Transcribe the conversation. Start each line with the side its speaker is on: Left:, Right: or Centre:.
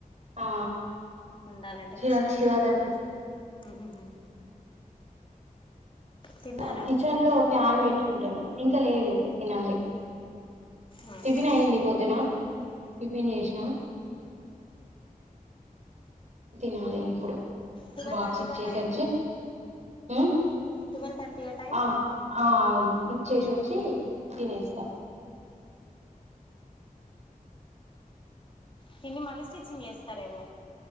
Right: ఆ
Left: ఉండాలంటే
Right: చిరాక్
Left: కష్టం
Right: చిరాక అనిపిస్త
Left: మ్మ్ తిన్నారా
Right: ఆ కిచెన్ లో ఫ్యాన్ పెట్టుకుంటారు ఇంకా లేదు ని
Left: ఉమ్
Right: టిఫిన్ అయ్యంది పొద్దున టిఫిన్ చేసిన తి నాలి ఇప్పుడు
Left: ట్వల్
Right: బాక్స్
Left: థర్టీ
Right: ఇచ్చేసి
Left: క టైమ్
Right: వచ్చి ఉమ్
Left: ట్వెల్వ్ థర్టీ టైమ్
Right: ఆ ఆ అవును ఇచ్చేసి వచ్చి తినేస్తాం
Left: అ తిన్ని మళ్ళీ స్టిచ్చింగ్ చేస్తారేమో